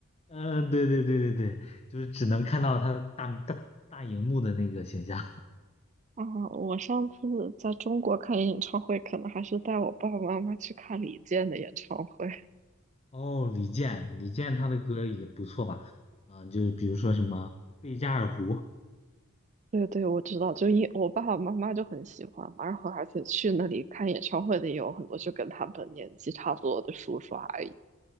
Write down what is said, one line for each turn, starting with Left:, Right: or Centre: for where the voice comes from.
Left: 嗯，对对对对对，就是只能看到他大大大荧幕的那个形象。
Right: 啊，我上次在中国看演唱会，可能还是带我爸爸妈妈去看李健的演唱会。<laughs>
Left: <laughs> 哦，李健，李健他的歌也不错吧？啊、就比如说什么《贝加尔湖》，
Right: 对对，我知道，就因我爸爸妈妈就很喜欢嘛，然后而且去那里看演唱会的也有很多，就跟他们年纪差不多的叔叔阿姨。